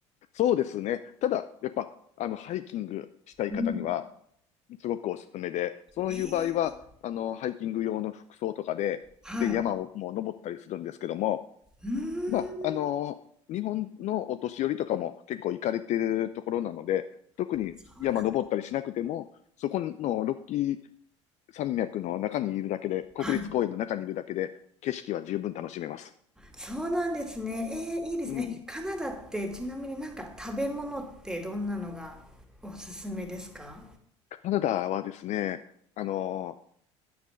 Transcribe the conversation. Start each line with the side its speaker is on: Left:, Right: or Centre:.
Left: そうですね。ただ、やっぱ、あの、ハイキングしたい方には、
Centre: うんうん
Left: すごくおすすめで、そういう場合は、
Centre: えー、
Left: あの、ハイキング用の服装とかで、
Centre: はい。
Left: で、山をもう登ったりするんですけども、
Centre: うーん、
Left: まあ、あの、日本のお年寄りとかも結構行かれてるところなので、特に山登ったりしなくても、
Centre: そうなん、
Left: そこのロッキー山脈の中にいるだけで、国立公園の中にいるだけで、
Centre: はい。
Left: 景色は十分楽しめます。
Centre: そうなんですね。えー、いいですね。
Left: うん。
Centre: カナダってちなみになんか食べ物ってどんなのがおすすめですか
Left: カナダはですね、あのー